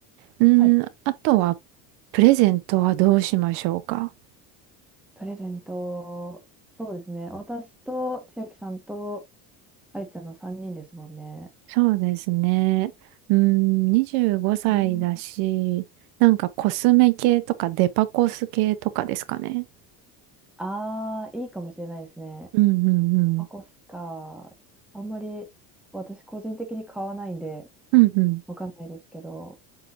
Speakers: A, on the right; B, in the centre.
A: うん、
B: はい。
A: あとは、プレゼントはどうしましょうか。
B: プレゼント、そうですね。私と千秋さんと愛ちゃんの3人ですもんね。
A: そうですね。うん、25歳だし、
B: どう
A: なんかコスメ系とかデパコス系とかですかね。
B: ああ、いいかもしれないですね。
A: うんうんうん。
B: パコスか。あんまり私個人的に買わないんで、
A: うんうん。
B: わかんないですけど、